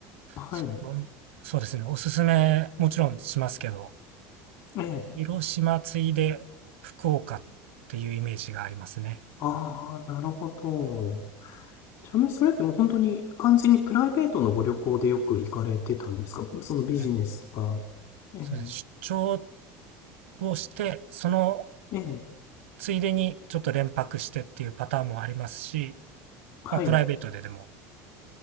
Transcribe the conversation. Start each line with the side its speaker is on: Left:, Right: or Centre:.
Left: え、はい。
Right: そこ、そうですね。おすすめもちろんしますけど、
Left: ええ。
Right: 広島ついで福岡っていうイメージがありますね。
Left: ああ、なるほど。ちなみにそれってもう本当に完全にプライベートのご旅行でよく行かれてたんですかそのビジネスとか。
Right: え
Left: ええ、
Right: そうですね。出張をして、その
Left: ええ、
Right: ついでにちょっと連泊してっていうパターンもありますし、
Left: はい。
Right: まあプライベートででも